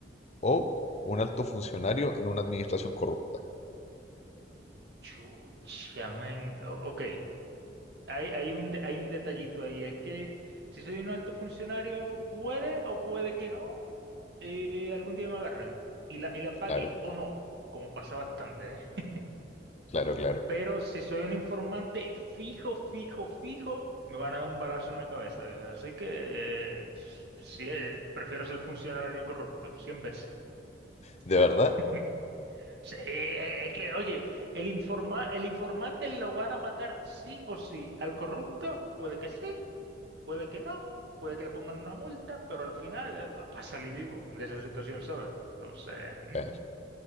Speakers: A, on the left (about 35°); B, on the right (about 65°).
A: o un alto funcionario en una administración corrupta?
B: Chucha, men. O- ok. Hay, hay un, de- hay un detallito ahí, es que si soy un alto funcionario, puede o puede que no, eh, algún día me agarren y la, y la pague
A: Claro,
B: o no, como pasa bastante, ¿eh?
A: claro, claro.
B: Pero si soy un informante fijo, fijo, fijo, me van a dar un balazo en la cabeza. ¿eh? Así que eh, sí, eh, prefiero ser funcionario corrupto, 100 veces.
A: ¿De
B: Yo sí.
A: verdad?
B: <laughs> Sí, eh, es que, oye, el informa- el informante lo van a matar sí o sí. Al corrupto puede que sí Puede que no, puede que le pongan una multa, pero al final eh, va a salir vivo de esa situación, ¿sabes? Entonces,
A: Claro,